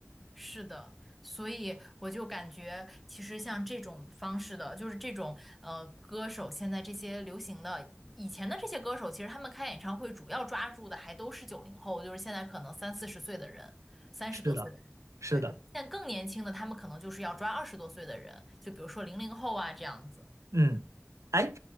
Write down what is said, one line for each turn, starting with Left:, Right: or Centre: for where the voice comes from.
Centre: 是的，所以我就感觉，其实像这种方式的，就是这种呃歌手，现在这些流行的，以前的这些歌手，其实他们开演唱会主要抓住的还都是九零后，就是现在可能三四十岁的人，三十多岁的人，
Right: 是的，是的。
Centre: 对，但更年轻的他们可能就是要抓二十多岁的人，就比如说零零后啊这样子。
Right: 嗯，哎，